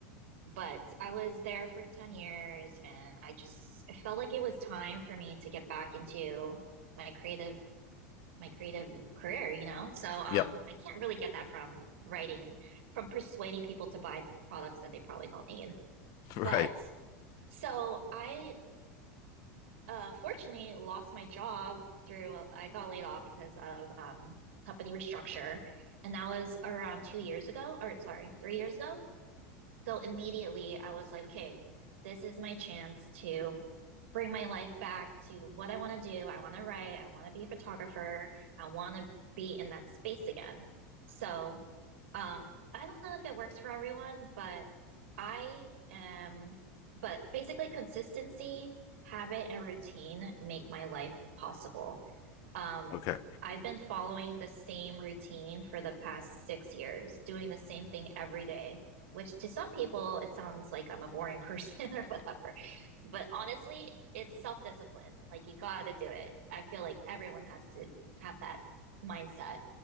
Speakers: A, on the right (about 75°); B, on the left (about 55°).
A: But I was there for 10 years and I just I felt like it was time for me to get back into my creative my creative career, you know? So um
B: yep
A: I can't really get that from writing, from persuading people to buy products that they probably don't need.
B: <laughs>
A: But
B: right
A: so I uh fortunately lost my job through I got laid off because of um company restructure and that was around two years ago or sorry three years ago so immediately I was like, okay, this is my chance to bring my life back to what I want to do. I want to write. I want to be a photographer. I want to be in that space again. So, um, I don't know if it works for everyone, but I am, but basically consistency, habit, and routine make my life possible. Um,
B: okay
A: I've been following the same routine for the past six years, doing the same thing every day, which to some people, it sounds like I'm a boring person <laughs> or whatever. But honestly, it's self-discipline. Like you gotta do it. I feel like everyone has to have that mindset.